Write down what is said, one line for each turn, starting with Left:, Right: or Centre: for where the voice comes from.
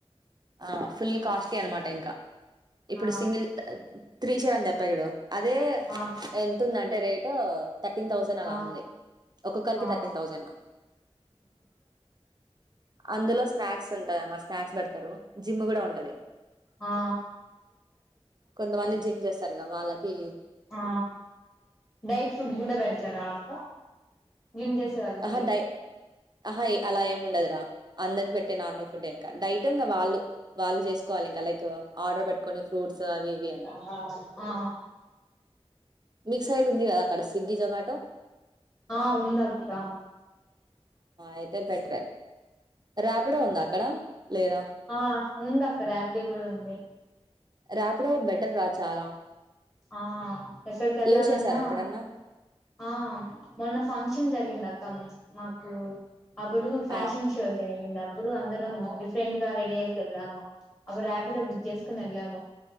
Right: ఆ ఫుల్ కాస్టి అనమాట ఇంకా ఇప్పుడు
Left: ఆ ఆ
Right: సింగిల్ త్రీ షేర్ అని చెప్పా చూడు అదే
Left: ఆ
Right: ఎంత ఉంది అండి <unintelligible> థర్టీన్ థౌసండ్ అలా
Left: ఆ
Right: ఉంది ఒక్కొక్కరికి
Left: ఆ
Right: థర్టీన్ థౌసండ్ అందులో స్నాక్స్ ఉంటయి మరి స్నాక్స్ పెడతారు జిమ్ కూడా ఉంటది
Left: ఆ ఆ
Right: కొంతమంది జిమ్ చేస్తారు గా వాళ్ళకి
Left: ఆ డైట్ పుడ్ కూడా పేడతారా అక్క జిమ్ చేసే వాళ్ళకి
Right: ఆహా డై ఆహా అలా ఏమి ఉండదురా అందరి పెట్టే నార్మల్ ఫుడ్ ఇంకా డైట్ వాళ్ళు వాళ్ళు చేసుకోవాలి ఇకా లైక్ ఆర్డర్ బేట్టి కొన్ని ఫ్రూట్స్ అవి ఇవి అని
Left: ఆ ఆ
Right: మి సైడ్ ఉంది కదా అక్కడ స్విగ్గీ జమాటో
Left: ఆ ఉంది అక్క
Right: అయితే బెటరే ర్యాపిడో ఉందా అక్కడ లేదా
Left: ఆ ఉంది అక్క ర్యాపిడో కూడా ఉంది
Right: రాపిడో బెటర్ రా చాలా
Left: ఆ ఎక్కడికి వెళ్ళాలన్నా
Right: యూజ్ చేసారా ఎప్పుడన్నా
Left: ఆ మొన్న ఫంక్షన్ జరిగింది అక్క నాకు అప్పుడు ఫ్యాషన్
Right: ఆ
Left: షో జరిగింది అ ఇప్పుడు అందరూ డిఫరెంట్గా రెడీ చేసి వెళ్ళాము అప్పుడు ర్యాపిడో బుక్ చేసుకుని వెళ్ళాము